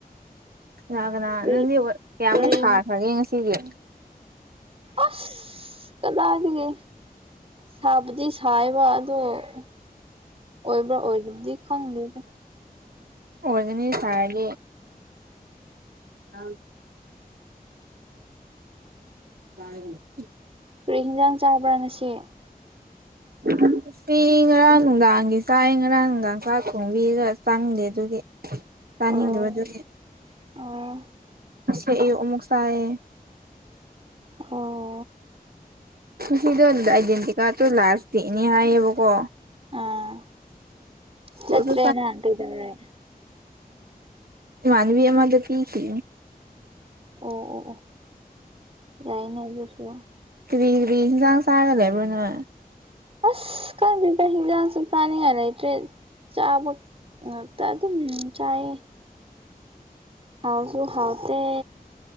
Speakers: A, on the right; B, on the right.
A: ꯌꯥꯒꯅ
B: ꯀꯔꯤ
A: ꯅꯪꯗꯤ ꯀꯌꯥꯃꯨꯛ
B: ꯀꯔꯤ
A: ꯊꯥꯈ꯭ꯔꯒꯦ ꯉꯁꯤꯁꯦ
B: ꯑꯁ ꯀꯗꯥꯗꯒꯦ ꯁꯕꯗꯤ ꯁꯕꯥ ꯑꯗꯣ ꯑꯣꯏꯕ꯭ꯔꯥ ꯑꯣꯏꯗꯕꯗꯤ ꯈꯪꯗꯦ
A: ꯑꯣꯏꯗꯅꯤ ꯁꯥꯦ ꯑ ꯑ
B: ꯀ ꯍꯟꯖꯥꯡ ꯆꯥꯕ꯭ꯔꯥ ꯉꯁꯤ
A: ꯎꯝ ꯎꯄꯤ ꯉꯔꯥꯡ ꯅꯨꯡꯗꯥꯡꯒꯤ ꯆꯥꯛ ꯉꯔꯥꯡ ꯅꯨꯡꯗꯥꯡ ꯆꯥꯛ ꯊꯣꯡꯕꯤꯒ ꯆꯪꯗꯦ ꯑꯗꯨꯒꯤ ꯇꯥꯅꯤꯡꯗꯕꯗꯨ
B: ꯑꯣ ꯑꯣ
A: ꯁꯦ ꯑꯌꯨꯃꯛꯁꯥꯏ
B: ꯑꯣ
A: ꯁꯤꯗ ꯑꯥꯏꯗꯦꯟꯇꯤ ꯀꯥꯔꯇ ꯂꯥꯁꯇ ꯏꯅꯦ ꯍꯥꯏꯌꯦꯕꯀꯣ
B: ꯑ ꯆꯠꯇ꯭ꯔꯦꯅ
A: ꯑꯗꯨ
B: ꯍꯗꯗꯔꯦ
A: ꯃꯅꯕꯤ ꯑꯃꯗ ꯄ ꯀ
B: ꯑꯣ ꯑꯣ ꯑꯣ ꯌꯥꯏꯅꯦ ꯑꯗꯨꯁꯨ
A: ꯀ꯭ꯔꯤ ꯀꯔꯤ ꯍꯟꯖꯥꯡ ꯆꯥꯒ ꯂꯩꯦꯕꯅ
B: ꯑꯁ ꯀ ꯍꯗꯁꯨ ꯇꯅꯤ ꯌꯥꯅꯠꯇ꯭ꯔꯦ ꯆꯥꯕ ꯉꯥꯛꯇ ꯑꯗꯨꯝ ꯆꯥꯏꯌꯦ ꯍꯥꯎꯁꯨ ꯍꯥꯎꯗ